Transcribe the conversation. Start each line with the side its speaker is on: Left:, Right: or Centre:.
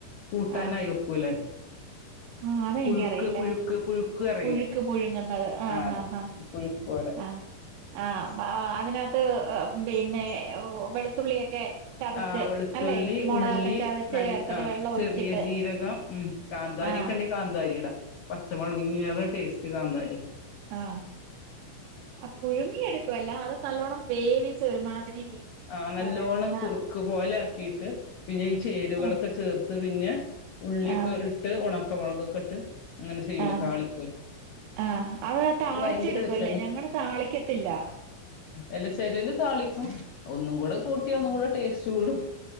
Left: കൂട്ടാനായി
Right: ആഹ്
Left: വെക്കൂലേ.
Right: ആഹ് അതെനിക്കറിയില്ല
Left: പുഴുക്ക് പുഴുക്ക് പുഴുക്ക്- അറിയില്ലേ
Right: പുഴുക്ക് പുഴുങ്ങുന്നത്. ആഹ്
Left: അത്
Right: ആഹ്
Left: പുഴുക്ക് പോലെ
Right: ആ ആഹ ആ അതിനകത്ത് പിന്നെ വെളുത്തുള്ളിയൊക്കെ- ചതച്ച്
Left: ആ വെളുത്തുള്ളി
Right: അല്ലെ മുളകൊക്കെ
Left: ഉള്ളി
Right: ചതച്ച്
Left: ന
Right: ചേർത്തിട്ട്
Left: ആ
Right: വെള്ളം
Left: ചെറിയ
Right: ഒഴിച്ചിട്ട്
Left: ജീരകം ഉം കാന്താരി
Right: ആഹ്
Left: ഒക്കെ ഉണ്ടെ കാന്താരിട. പച്ചമളഗങ്ങ അ ടസ്റ്റ് കാന്താരി
Right: ആ ആ പുഴുങ്ങി എടുക്കുവല്ല അത് നല്ലോണം വേവിച്ച ഒരുമാതിരി-
Left: ആ
Right: എന്താ
Left: നല്ലോണം
Right: പറയാ നല്ല
Left: കുറുക്ക് പോലെ ആക്കിട്ട് പിന്നെ ഈ ചേരുകളൊക്കെ
Right: ആഹ്
Left: ചേർത്ത് പിഞ്ഞെ ഉള്ളിക്കെ
Right: ആഹ്
Left: ഇട്ട് ഒണക്ക ണക്ക മോളകൊക്കെ ഇട്ട് അങ്ങനെ ചെയ്യൂല
Right: ആഹ്
Left: താളിക്കൂലോ
Right: ആഹ് അത് താളിച്ചെടുക്കുവല്ലേ
Left: അഹ് ഭയങ്കര രസനെ
Right: ഞങ്ങള് താളിക്കത്തില്ല
Left: എല്ലാ ചെലോല് താളിക്കും ഒന്നും കൂടെ കൂട്ട്യാ ടേസ്റ്റ്കൂടും